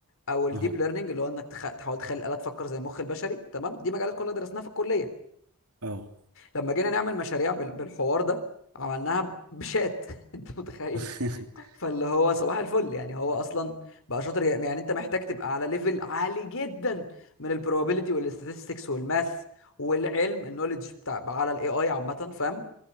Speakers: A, on the left; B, on the right.
A: او الديب
B: اهو
A: ليرنينج اللي هو انك تخ... تحاول تخلي الآلة تفكر زي المخ البشري تمام دي مجالات كلها درسناها في الكلية
B: اهو
A: لما جينا نعمل مشاريع بال- بالحوار ده عملناها بشات <laughs> انت متخيل
B: <laughs>
A: فاللي هو صباح الفل يعني هو اصلا بقى شاطر جا- يعني انت محتاج تبقى على ليفل عالي جدا من البروبابيلتي والاستاتستكس والماث والعلم النوليدج بتاع على الاي اي عامه فاهم